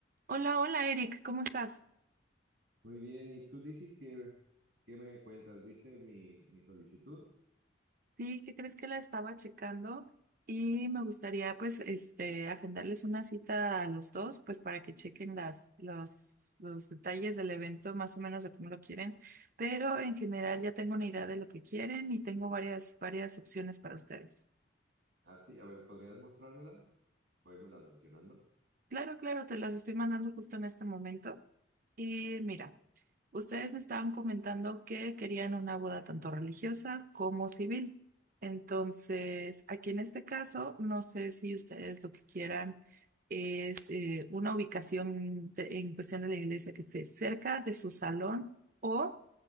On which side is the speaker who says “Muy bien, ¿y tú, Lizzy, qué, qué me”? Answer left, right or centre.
Right